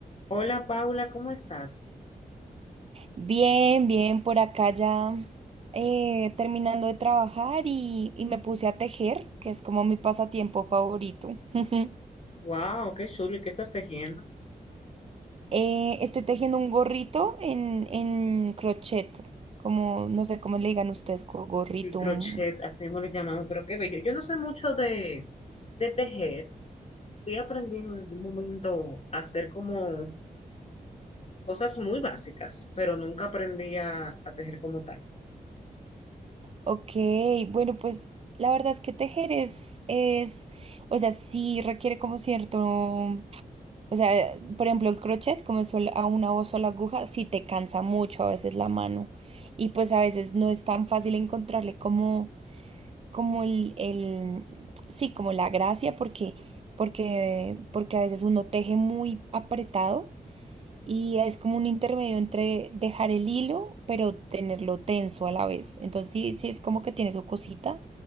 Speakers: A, on the left; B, on the right.
A: Hola Paula, ¿cómo estás?
B: Bien, bien, por acá ya eh, terminando de trabajar y, y me puse a tejer, que es como mi pasatiempo favorito. <laughs>
A: Wow, qué chulo, ¿y qué estás tejiendo?
B: Eh, estoy tejiendo un gorrito en, en crochet, como no sé cómo le digan ustedes, gor- gorrito.
A: Sí, crochet,
B: un-
A: así mismo lo llamamos, pero qué bello. Yo no sé mucho de, de tejer, sí aprendí en algún momento a hacer como cosas muy básicas, pero nunca aprendí a, a tejer como tal.
B: Ok, bueno, pues la verdad es que tejer es, es, o sea, sí requiere como cierto O sea, por ejemplo, el crochet, como es sol- a una o sola aguja, sí te cansa mucho a veces la mano. Y pues a veces no es tan fácil encontrarle como, como el, el- sí, como la gracia, porque, porque, porque a veces uno teje muy apretado y es como un intermedio entre dejar el hilo, pero tenerlo tenso a la vez. Entonces sí, sí es como que tiene su cosita,